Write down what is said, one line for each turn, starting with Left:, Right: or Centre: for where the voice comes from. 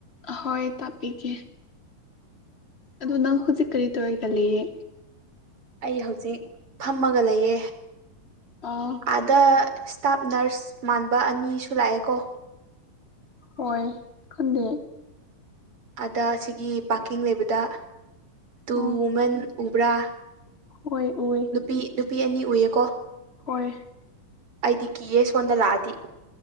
Left: ꯑꯍꯣꯏ ꯇꯥꯛꯄꯤꯒꯦ ꯑꯗꯨ ꯅꯪ ꯍꯧꯖꯤꯛ ꯀꯔꯤ ꯇꯧꯋꯦꯒ ꯂꯩꯌꯦ
Right: ꯑꯩ ꯍꯧꯖꯤꯛ ꯐꯝꯃꯒ ꯂꯩꯌꯦ
Left: ꯑꯥ
Right: ꯑꯥꯗ ꯁ꯭ꯇꯥꯞ ꯅ꯭ꯔꯁ ꯃꯥꯟꯕ ꯑꯅꯤꯁꯨ ꯂꯥꯛꯑꯦꯀꯣ
Left: ꯍꯣꯏ ꯈꯟꯗꯦ
Right: ꯑꯗ ꯁꯤꯒꯤ ꯄꯥꯔꯀꯤꯡ ꯂꯩꯕꯗ ꯇꯨ
Left: ꯑꯣ
Right: ꯋꯨꯃꯦꯟ ꯎꯕ꯭ꯔꯥ
Left: ꯍꯣꯏ ꯎꯌꯦ
Right: ꯅꯨꯄꯤ ꯅꯨꯄꯤ ꯑꯅꯤ ꯎꯏꯌꯦꯀꯣ
Left: ꯍꯣꯏ
Right: ꯑꯩꯗꯤ ꯀꯤꯌꯦ ꯁꯣꯟꯗ ꯂꯥꯛꯑꯗꯤ